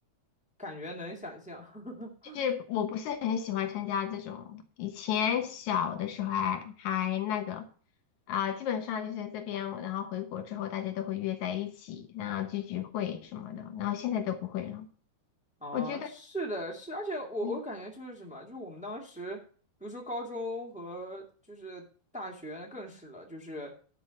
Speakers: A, in the centre; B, on the left (about 80°).
A: 感觉能想象。<laughs>
B: 就是我不是很喜欢参加这种的以前小的时候还还那个啊、基本上就是这边，然后回国之后大家都会约在一起，然后聚聚会什么的，然后现在都不会了。
A: 啊，
B: 我觉得
A: 是的，是，而且我我感觉就是什么，
B: 没有
A: 就是我们当时，比如说高中和就是大学更是了，就是，